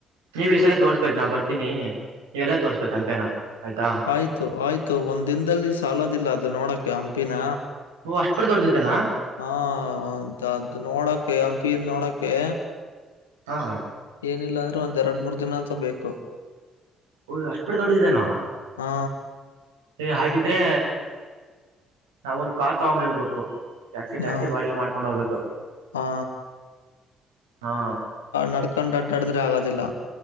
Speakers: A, on the right; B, on the left.
A: ನೀವ ಈಸಲ ತೋರಿಸಬೇಕು ನಾವ್ ಬರ್ತೀನಿ ನೀವೆಲ್ಲಾ ತೋರಿಸಬೇಕು ಹಂಪಿನ ಆಯ್ತಾ.
B: ಆಯ್ತು ಆಯ್ತು ಒಂದ್ ದಿನದಲ್ಲಿ ಸಾಲದಿಲ್ಲ ಅದು ನೋಡಕ್ಕೆ ಹಂಪಿನ.
A: ಓಹೋ ಅಷ್ಟುಪಟ್ಟು ದೊಡ್ದುದು ಇದೇನಾ.
B: ಹಾ ಅದು ನೋಡಕ್ಕೆ ಹಂಪಿಂದು ನೋಡಕ್ಕೆ.
A: ಹಾ
B: ಏನಿಲ್ಲ ಅಂದ್ರು ಒಂದ್ ಎರಡು ಮೂರ್ ದಿನ ಅಂತು ಬೇಕು.
A: ಓ ಅಷ್ಟುಪಟ್ಟು ದೊಡ್ಡದು ಇದೇನಾ.
B: ಹಾ
A: ಅ ಹಾಗಿದ್ರೆ ನಾವೊಂದು ಕಾರ್ ತಕೊಂಡೆ ಬರಬೇಕು. ಟ್ಯಾಕ್ಸಿ ಟ್ಯಾಕ್ಸಿ
B: ಹಾ
A: ಬಾಡಿಗೆ ಮಾಡ್ಕೊಂಡು ಹೋಗಬೇಕು
B: ಹಾ
A: ಹಾ.
B: ನೆಡ್ಕೊಂಡು ಅಡ್ಡಾಡಿದ್ರೆ ಆಗದಿಲ್ಲ.